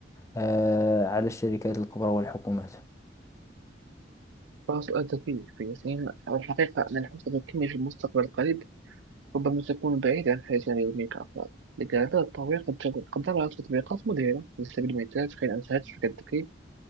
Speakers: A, on the left; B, on the right.
A: آه، على الشركات الكبرى والحكومات
B: فسؤال ذكي في ياسين الحقيقة أن الحوسبة الكمية في المستقبل القريب ربما تكون بعيدة عن حياتنا اليومية كأفراد لكن التطوير قد تكون- قد نرى تطبيقات مذهلة على سبيل المثال تخيل أن شركة الذكي